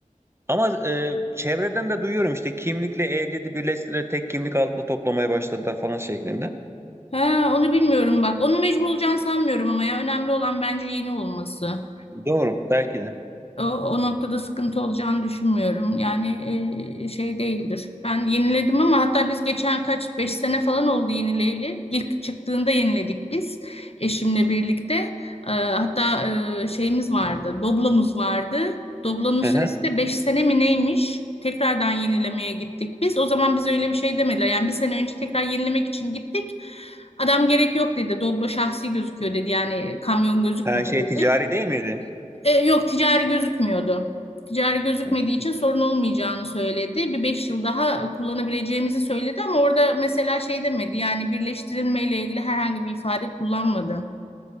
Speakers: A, on the right (about 20°); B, on the left (about 50°).
A: Ama e, çevreden de duyuyorum işte kimlikle ehliyeti birleştirerek tek kimlik altında toplamaya başladılar falan şeklinde.
B: ha, onu bilmiyorum bak. Onu mecbur olacağını sanmıyorum ama ya önemli olan bence yeni olması.
A: Doğru belki de.
B: O, o noktada sıkıntı olacağını düşünmüyorum. Yani e, şey değildir. Ben yeniledim ama hatta biz geçen kaç beş sene falan oldu yenileyli. İlk çıktığında yeniledik biz eşimle birlikte. E, hatta e, şeyimiz vardı, doblamız vardı. Doblanın süresi
A: Hı hı.
B: de 5 sene mi neymiş? Tekrardan yenilemeye gittik biz. O zaman bize öyle bir şey demediler. Yani bir sene önce tekrar yenilemek için gittik. Adam gerek yok dedi. Doblo şahsi gözüküyor dedi. Yani kamyon gözükmüyor
A: Her şey
B: dedi.
A: ticari değil miydi?
B: E, yok ticari gözükmüyordu. Ticari gözükmediği
A: Hı.
B: için sorun olmayacağını söyledi. Bir beş yıl daha e, kullanabileceğimizi söyledi ama orada mesela şey demedi. Yani birleştirilmeyle ilgili herhangi bir ifade kullanmadı.